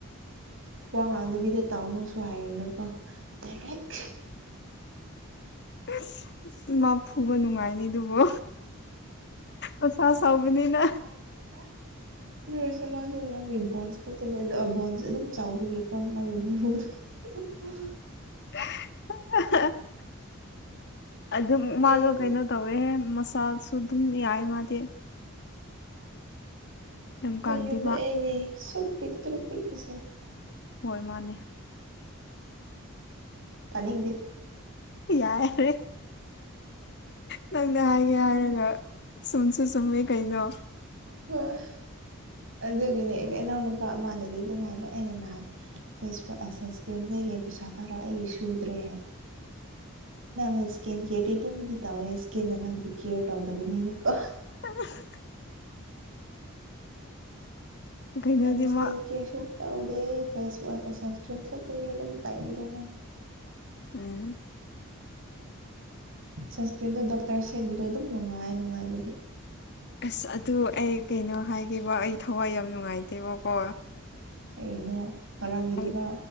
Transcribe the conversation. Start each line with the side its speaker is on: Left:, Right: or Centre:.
Right: ꯋꯥ ꯉꯥꯡꯗꯕꯤꯗ ꯇꯥꯎꯅꯨꯁꯨ ꯍꯥꯏꯔꯤꯅꯀꯣ ꯗꯥꯏꯔꯦꯛ
Left: ꯑ ꯑꯁ ꯃꯥ ꯐꯨꯕ ꯅꯨꯡꯉꯥꯏꯅꯤ ꯑꯗꯨꯕꯣ ꯑꯣꯁꯥ ꯁꯕꯅꯤꯅ
Right: ꯀꯂ ꯑꯗꯨ ꯑꯣꯏꯔꯁꯨ ꯃꯥꯁꯨ ꯃꯥꯒꯤ ꯕꯣꯟꯁ ꯈꯛꯇꯅꯦ ꯑꯗꯣ ꯕꯣꯟꯁ ꯑꯗꯨꯝ ꯆꯥꯎꯕꯒꯤꯀꯣ ꯃꯥꯒꯤ ꯃꯔꯨꯗꯣ <unintelligible>
Left: <unintelligible> ꯑꯗꯨꯝ ꯃꯥꯗꯣ
Right: ꯑꯩꯅꯦ
Left: ꯀꯩꯅꯣ ꯇꯧꯋꯦ ꯃꯆꯥꯁꯨ ꯑꯗꯨꯝ
Right: ꯑꯩꯈꯣꯏ
Left: ꯌꯥꯏ ꯃꯥꯗꯤ ꯌꯥꯝ
Right: ꯑꯩꯈꯣꯏ
Left: ꯀꯪꯗꯦꯕ
Right: ꯌꯨꯝꯗ ꯑꯩꯅꯦ ꯁꯨꯛ ꯄꯤꯛ ꯇꯔꯨꯛ ꯄꯤꯛꯄꯁꯦ
Left: ꯍꯣꯏ ꯃꯥꯅꯦ
Right: ꯇꯅꯤꯗꯦ
Left: ꯌꯥꯔꯦ ꯅꯪꯅ ꯍꯥꯏꯒꯦ ꯍꯥꯏꯔꯒ ꯁꯨꯝꯁꯨ ꯆꯨꯝꯃꯦ ꯀꯩꯅꯣ
Right: ꯍꯣꯏ ꯑꯗꯨꯒꯤꯅꯦ ꯑꯩ ꯏꯅꯥꯎꯅ ꯅꯨꯄꯥ ꯑꯃꯅꯗꯤ ꯑꯗꯨꯝ ꯍꯥꯏꯕ ꯑꯩꯅ ꯅꯍꯥꯟ ꯐꯦꯁꯕꯨꯛ ꯁꯟꯁꯀ꯭ꯔꯤꯟ ꯂꯩꯒ ꯄꯩꯁꯥ ꯊꯧꯔꯛ ꯑꯩꯒꯤ ꯁꯨꯗ꯭ꯔꯦ ꯅꯪꯅ ꯏꯁꯀꯤꯟ ꯀꯦꯌꯔꯗꯤ ꯑꯗꯨꯝꯗꯤ ꯇꯧꯋꯦ ꯏꯁꯀꯤꯟꯗ ꯅꯪꯕꯨ ꯀꯦꯌꯔ ꯇꯧꯗꯕꯅꯤꯅꯦꯀꯣ
Left: ꯑ ꯀꯩꯅꯣꯗꯤ
Right: ꯑꯦ ꯑꯦꯁ
Left: ꯃꯥ
Right: ꯀꯦ ꯀ ꯁ ꯇꯗ ꯐꯦꯁ ꯁꯁꯀ ꯁꯇꯅꯤ ꯑꯗꯨꯝ ꯇꯥꯏꯕꯗ ꯍꯥꯏ
Left: ꯎꯝ
Right: ꯁꯟꯁꯀ꯭ꯔꯤꯟꯗꯣ ꯗꯣꯛꯇꯔ ꯁꯦꯦꯛꯒꯤꯗꯣ ꯑꯗꯨꯝ ꯅꯨꯡꯉꯥꯏ ꯅꯨꯡꯉꯥꯏꯕꯗꯤ
Left: ꯑꯁ ꯑꯗꯨ ꯑꯩ ꯀꯩꯅꯣ ꯍꯥꯏꯒꯕ ꯑꯩ ꯊꯋꯥꯏ ꯌꯥꯝ ꯅꯨꯡꯉꯥꯏꯇꯦꯕꯀꯣ
Right: ꯀꯩꯅꯣ ꯉꯔꯥꯡꯒꯤꯗꯨꯔꯥ
Left: ꯑꯩ